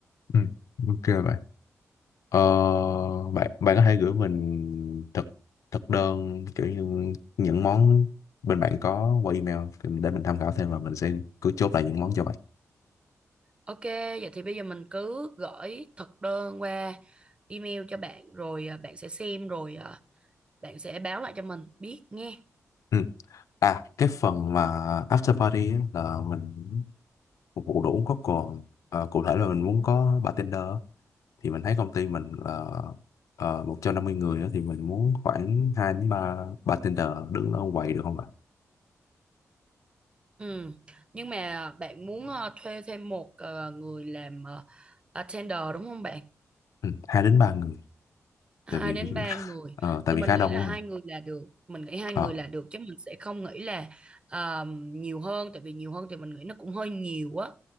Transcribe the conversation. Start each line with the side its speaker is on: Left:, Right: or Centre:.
Left: ừ ok bạn Ờ, bạn bạn có thể gửi mình thực thực đơn kiểu như những món bên bạn có qua email thì để mình tham khảo thêm và mình sẽ cứ chốt lại những món cho bạn.
Right: Ok, vậy thì bây giờ mình cứ gửi thực đơn qua email cho bạn rồi à, bạn sẽ xem rồi à, bạn sẽ báo lại cho mình biết nghe.
Left: Ừ. À, cái phần mà after party á, là mình phục vụ đồ uống có cồn. Ờ, cụ thể là mình muốn có bartender á. thì mình thấy công ty mình là uh, 150 người á, thì mình muốn khoảng 2 đến 3 bartender đứng ở quầy được không ạ?
Right: Ừ. Nhưng mà bạn muốn à, thuê thêm một à, người làm à, attender đúng không bạn?
Left: Ừ, 2 đến 3 người
Right: Hai
Left: tại vì
Right: đến
Left: <laughs>
Right: ba người
Left: ờ, tại
Right: thì
Left: vì
Right: mình
Left: khá
Right: nghĩ
Left: đông
Right: là hai
Left: á.
Right: người là được. Mình nghĩ hai
Left: Ờ.
Right: người là được chứ mình sẽ không nghĩ là à, nhiều hơn tại vì nhiều hơn thì mình nghĩ nó cũng hơi nhiều á.